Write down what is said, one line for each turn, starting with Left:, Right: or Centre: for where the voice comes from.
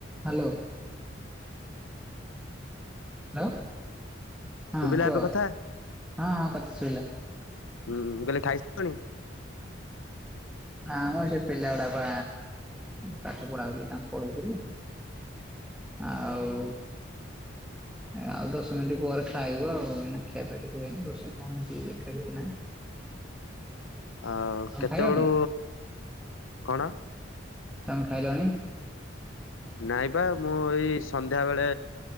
Centre: Hello. Hello. ହଁ
Left: ଶୁଭିଲା
Centre: କୁହ
Left: ଏବେ କଥା?
Centre: ହଁ ହଁ ପାଟି ଶୁଭିଲା।
Left: ହୁଁ ହୁଁ ମୁଁ କହିଲେ ଖାଇ ସାଇଲଣି?
Centre: ନା ମ ସେ ପିଲାଗୁଡା ବା ପାଠ ପଢା ହଉଛି ତାଙ୍କୁ ପଢଉଥିଲି। ଆଉ ଆଉ ଦଶ ମିନିଟ୍ ପରେ ଖାଇବୁ ଆଉ ଏଇନେ ଖିଆ ପିଆ କିଛି ହେଇନି ରୋଷେଇ କଣ ହେଇଛି ଦେଖା କିଛି ନାଁ।
Left: ଆଉ
Centre: ତମେ
Left: କେତେବେଳୁ
Centre: ଖାଇଲଣି
Left: କଣ।
Centre: ତମେ ଖାଇଲଣି?
Left: ନାଇଁ ବା ମୁଁ ଏଇ ସନ୍ଧ୍ୟା ବେଳେ